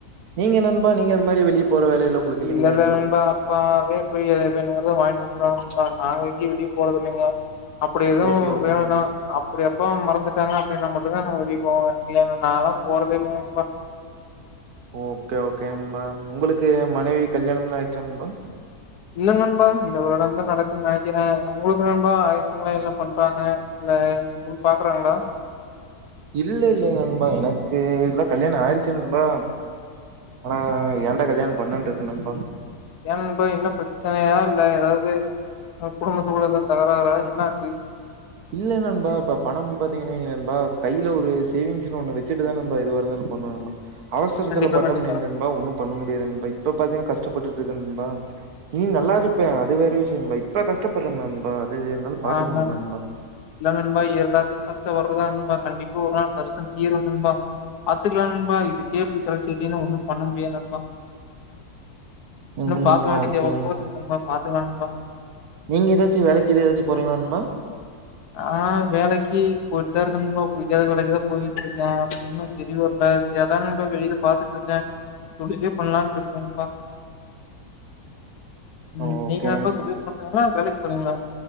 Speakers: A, on the right; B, on the left.
A: நீங்க நண்பா நீங்க அது மாரி வெளிய போற வேலையெல்லா உங்களுக்கு இல்லைங்களா
B: இல்லல்ல நண்பா அப்பாவே போய் எ வேண்டிரதா வாங்க நண்பா நாங்க எங்கயு வெளிய போறதில்லைங்க அப்டி எதுவு
A: ஓகே ஓகே
B: வேணுனா
A: நண்பா
B: அப்டி அப்பா மறந்துட்டாங்னா அப்டினா மட்டு தான்ங்க நா வெளிய போவே இல்லேனா நாலா போறதே இல்ல நண்பா
A: ஓகே ஓகே நண்பா உங்களுக்கு மனைவி கல்யாணம்லா ஆயிடுச்சா நண்பா
B: இல்ல நண்பா இந்த ஒறவ மறக்க நெனக்குறே உங்களுக்கு நண்பா ஆயிடுச்சுங்ளா இல்ல பண்றாங்க இல்ல இன்னு பாக்குறாங்ளா
A: இல்ல இல்லல நண்பா எனக்கு எல்லா கல்யாண ஆயிடுச்சு நண்பா ஆனா ஏன்டா கல்யாணம் பண்ணேனு இருக்கு நண்பா
B: ஏன் நண்பா என்ன பிரச்சனையா இல்ல ஏதாவது <unintelligible> அ குடும்பத்து உள்ளர தகரார என்னாச்சு
A: இல்ல நண்பா இப்ப பணம் பாத்தீங்னா நண்பா கையில ஒரு சேவிங்ஸ்னு ஒன்னு வெச்சுட்டுதா நண்பா இது வர இருந்த பண்ணனு நண்பா அவசரத்துல
B: கண்டிப்பா
A: பாத்தோம்னே
B: கண்டிப்பா
A: நண்பா ஒன்னு பண்ண முடியாது நண்பா இப்ப பாத்தீங்னா கஷ்டப்பட்டுட்டு இருக்கோ நண்பா ம் நல்லா இருப்பே அது வேற விஷய நண்பா இப்ப கஷ்டப்பறமே நண்பா இது என்னால பாத்துக்க
B: ஆமா
A: முடியல நண்பா
B: இல்ல நண்பா எல்லாத்துக்கு கஷ்ட வர்றதா நண்பா கண்டிப்பா ஒரு நாள் கஷ்ட தீரும் நண்பா பாத்துக்லா நண்பா இதுக்கே இப்டி சலுச்சுகிட்டீங்னா ஒன்னு பண்ண முடியாது நண்பா இன்னு
A: ம்
B: பாக்க வேண்டியது
A: ஓகே
B: எவ்வளவோ இருக்கு நண்பா பாத்துக்லா நண்பா
A: நீங்க ஏதாச்சு வேலைக்கு ஏதாச்சு போறீங்ள நண்பா
B: ஆ வேலைக்கு போய்ட்டுதா இருக்கே நண்பா புடிக்காத வேலைக்குதா போயிட்டு இருக்கே இன்னு செரி வரல சரி அதா நம்ப வெளில பாத்துட்டு இருக்கே முடிவே பண்ணலான்டு இருக்கோ நண்பா உம்
A: ஆ ஓகே
B: நீங்க என்ன தொழில் பண்றீங்ளா இல்ல வேலைக்கு போரிங்ளா